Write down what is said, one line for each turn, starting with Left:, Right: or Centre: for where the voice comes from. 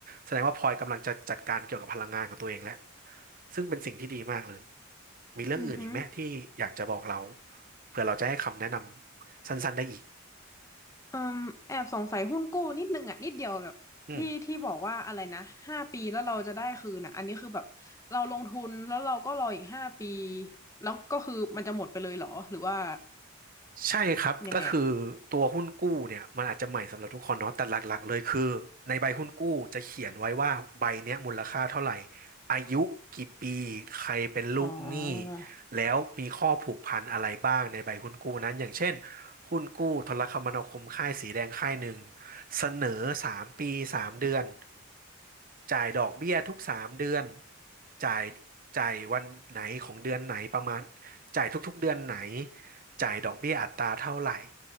Right: แสดงว่าพลอยกำลังจะจัดการเกี่ยวกับพลังงานของตัวเองแล้วซึ่งเป็นสิ่งที่ดีมากเลยมีเรื่องอื่นอีกไหมที่อยากจะบอกเรา
Left: อือฮึ
Right: เพื่อเราจะให้คำแนะนำสั้นๆได้อีก
Left: อืมแอบสงสัยหุ้นกู้นิดนึงอ่ะนิดเดียวแบบที่ที่บอกว่าอะไรนะห้าปีแล้วเราจะได้คืนอ่ะอันนี้คือแบบเราลงทุนแล้วเราก็รออีกห้าปี
Right: อืม
Left: แล้วก็คือมันจะหมดไปเลยเหรอหรือว่า
Right: ใช่ครับก็คือ
Left: ยังไงอ่ะ
Right: ตัวหุ้นกู้เนี่ยมันอาจจะใหม่สำหรับทุกคนเนาะแต่หลักๆเลยคือในใบหุ้นกู้จะเขียนไว้ว่าใบเนี้ยมูลค่าเท่าไหร่อายุกี่ปีใครเป็นลูกหนี้
Left: อ๋อ
Right: แล้วมีข้อผูกพันอะไรบ้างในใบหุ้นกู้นั้นอย่างเช่นหุ้นกู้โทรคมนาคมค่ายสีแดงค่ายหนึ่งเสนอ3ปี3เดือน จ่ายดอกเบี้ยทุกสามเดือนจ่ายจ่ายวันไหนของเดือนไหนประมาณจ่ายทุกๆเดือนไหน จ่ายดอกเบี้ยอัตราเท่าไหร่